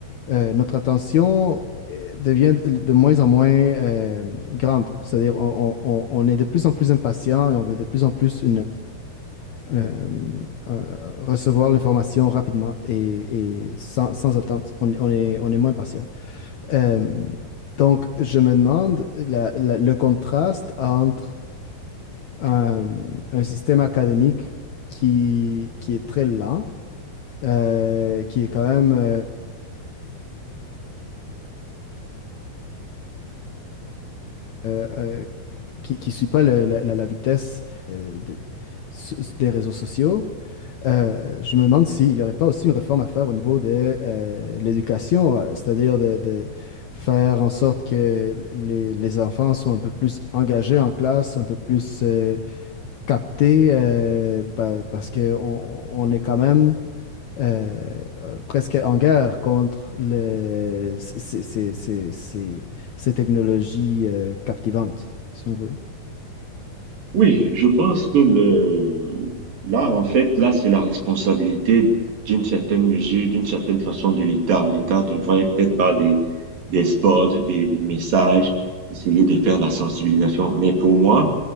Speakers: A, on the left; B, on the right.
A: euh, notre attention euh, devient de de moins en moins euh, grande. C'est-à-dire on, on- on- on est de plus en plus impatient et on veut de plus en plus euh, euh, recevoir l'information rapidement et, et sans, sans attente. On, on est, on est moins patient. Euh, donc, je me demande la- la- le contraste entre un, un système académique qui, qui est très lent, euh, qui est quand même, euh, euh, euh, qui ne suit pas le- la, la- la vitesse euh, de- s- des réseaux sociaux Euh, je me demande s'il n'y aurait pas aussi une réforme à faire au niveau de euh, l'éducation, euh, c'est-à-dire de, de faire en sorte que les, les enfants soient un peu plus engagés en classe, un peu plus euh, captés, euh, pa- parce qu'on on on est quand même euh, presque en guerre contre les- ces, ces- ces- ces- ces technologies euh, captivantes, si on veut.
B: Oui, je pense que le, là, en fait, là, c'est la responsabilité d'une certaine mesure, d'une certaine façon de l'État. L'État devrait peut-être par des, des spots, des, des messages, essayer de faire la sensibilisation. Mais pour moi,